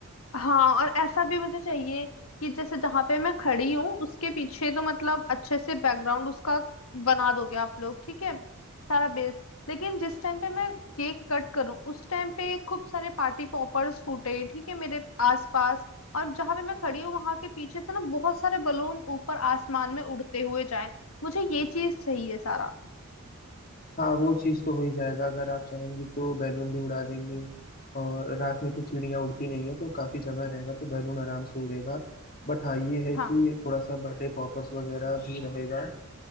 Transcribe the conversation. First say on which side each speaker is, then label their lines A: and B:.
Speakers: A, on the left (about 80°); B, on the left (about 45°).
A: हाँ और ऐसा भी मुझे चाहिए कि जैसे जहां पे मैं खड़ी हूँ उसके पीछे तो मतलब अच्छे से बैकग्राउंड उसका बना दोगे आप लोग ठीक है सारा बेस लेकिन जिस टाइम पे मैं केक कट करूँ उस टाइम पे खूब सारे पार्टी पॉपर्स फूटे ठीक है मेरे आसपास और जहां पे मैं खड़ी हूँ वहां के पीछे से ना बहुत सारे बलून ऊपर आसमान में उड़ते हुए जाएं मुझे ये चीज चाहिए सारा
B: हाँ वो चीज़ तो हो ही जाएगा अगर आप चाहेंगी तो बैलून भी उड़ा देंगे और रात में तो चिड़िया उड़ती नहीं है तो काफ़ी जगह रहेगा तो बैलून आराम से उड़ेगा बट हाँ ये है
A: हाँ
B: कि थोड़ा सा बर्थडे पॉपर्स वगैरह भी रहेगा